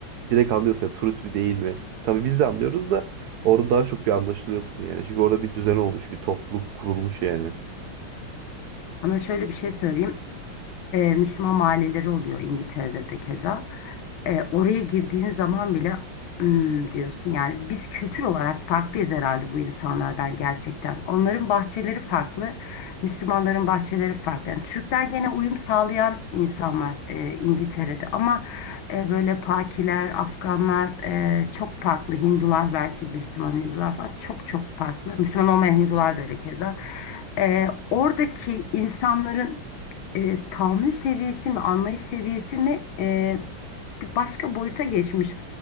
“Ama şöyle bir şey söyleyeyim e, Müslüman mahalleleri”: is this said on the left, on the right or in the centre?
Left